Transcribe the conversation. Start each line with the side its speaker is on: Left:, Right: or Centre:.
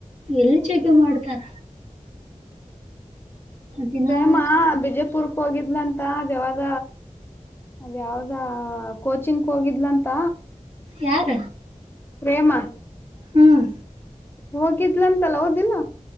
Right: ಎಲ್ಲಿ ಚೌಕೆ ಮಾಡ್ತಾರ ದಿನಾಕ
Left: ಪ್ರೇಮ ಬಿಜೆಪುರ್ಕ್ ಹೋಗಿದ್ಲಂತ ದೇವಾಲ ಅದ ಯಾವ್ದ ಕೋಚಿಂಗ್ ಹೋಗಿದ್ಲ ಅಂತ
Right: ಯಾರ
Left: ಪ್ರೇಮ
Right: ಹ್ಮ್
Left: ಹೋಗಿದ್ಲ ಅಂತಲ್ಲ ಹಓದಿಲ್ಲ